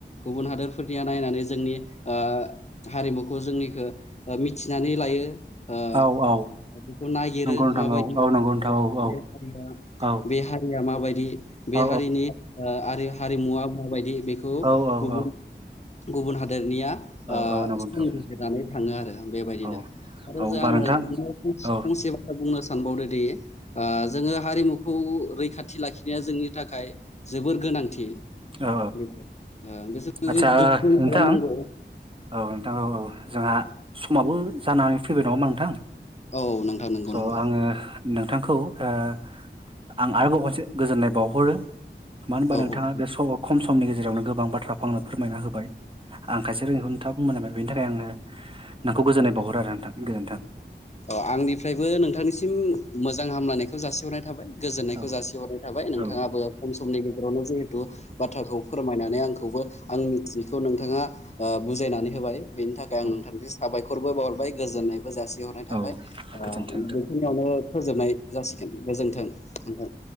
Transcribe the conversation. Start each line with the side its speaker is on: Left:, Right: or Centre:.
Left: गुबुन हादोर फोरनिया नायनानै जोंनि ओ‌ हारिमुखौ जोंनिखौ मिथिनानै लायो। ओ
Right: औ औ
Left: बेखौ नागिरो
Right: नंगौ नोंथां
Left: माबायदि
Right: औ औ नंगौ नोंथां औ
Left: बे
Right: औ
Left: हारिया
Right: औ
Left: बे हारिया मा माबायदि बे
Right: औ
Left: हारिनि ओ हारिमुवा माबायदि बेखौ
Right: औ औ
Left: गुबुन
Right: औ
Left: गुबुन हादोर निया ओ
Right: औ औ नंगौ
Left: संबिजिरनानै
Right: नोंथां
Left: थाङो आरो बेबायदिनो
Right: औ
Left: आरो
Right: होमबा
Left: जोहा आङो
Right: नोंथां
Left: <inaudible>
Right: औ
Left: फंसे बाथ्रा बुंनो सानो सानबावदोंदि ओ जोङो हारिमुखौ रैखाथि लाखिनाया जोंनि थाखाय जोबोर गो गोनांथि
Right: औ
Left: बे ओ बिसोरखौ
Right: आदसा
Left: गोख्रों
Right: ओ नोंथां
Left: खालामनांगौ
Right: औ नोंथां औ औ जोंहा समाबो जानानै फैबाय नङाहोमबा नोंथां?
Left: औ नोंथां नंगौ
Right: स'
Left: नंगौ।
Right: आङो नोंथांखौ ओ आं आरोबाव खनसे गोजोननाय बावहरो। मानो होनबा
Left: औ
Right: नोंथाङा
Left: औ
Right: बे सम खम समनि गेजेरावनो गोबां बाथ्राखौ आंनो फोरमायना होबाय। आं खायसे रोङैखौ नोंथाङा बुंनाय जाबाय बेनि थाखाय आङो
Left: औ
Right: नोंखौ गोजोननाय बावहरो आरो नोंथां गोजोन्थों।
Left: अ आंनिफ्रायबो नोंथांनिसिम मोजां हामलायनायखौ जासिहरनाय थाबाय। गोजोन्नायखौ
Right: औ
Left: जासिहरनाय थाबाय नोंथाङाबो
Right: औ
Left: खम समनि गेजेरावनो जिहेथु बाथ्राखौ फोरमायनानै आं खौबो आं मिथियैखौ नोंथाङा ओ बुजायनानै होबाय बेनि थाखाय आं
Right: औ
Left: नोंथांनिसिम साबायखर बो बावहरबाय गोजोननायबो जासिहरनाय थाबाय
Right: औ
Left: ओ
Right: गोजोन्थों नोंथां
Left: बिसोरनियावनो फोजोननाय जासि गोजोन्थों नोंथां।